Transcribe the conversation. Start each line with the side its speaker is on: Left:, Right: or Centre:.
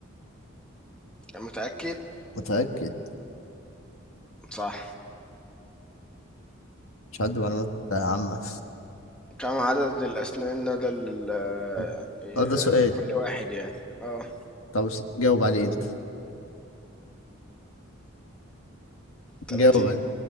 Centre: متأكد؟
Left: متأكد
Centre: صح،
Left: مش عندي معلومات آه، عامة
Centre: كم عدد الأسنان لدى ال آآ،
Left: <laughs> اه ده سؤال
Centre: لكل واحد يعني؟ آه،
Left: طب س- جاوب عليه انت
Centre: 30
Left: جاوب عليه